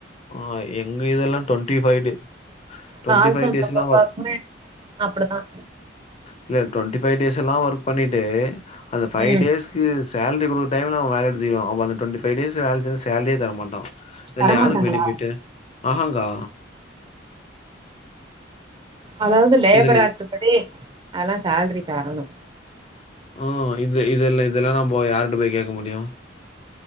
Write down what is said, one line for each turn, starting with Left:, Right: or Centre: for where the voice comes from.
Left: ஆ எங்க இதெல்லா twenty five day twenty
Right: call
Left: five
Right: centre
Left: டேஸ்லா
Right: பொறுத்த
Left: வ
Right: வரைக்குமே அப்டிதா
Left: இல்ல டுவெண்ட்டி ஃபை டேஸ் எல்லா ஒர்க் பண்ணிட்டு அந்த ஃபைவ்
Right: ம்
Left: டேஸ் சேல்ரி குடுக்குற டைம்ல அவ வேலய விட்டு தூக்கிருவா அப்ப அந்த டுவெண்டி ஃபை டேஸு வேல செஞ்ச சேலரியே தர மாட்டா இதுல
Right: தரமாட்டாங்களா
Left: யாருக்கு பெனிஃபிட்டு ஆஹங்கா
Right: அதாவது லேபர்
Left: இதுலே
Right: ஆக்ட்படி அதெல்லா சேல்ரி தரணு
Left: ம் இது இதெல் இதெல்லா நம்போ யார்ட போய் கேக்க முடியு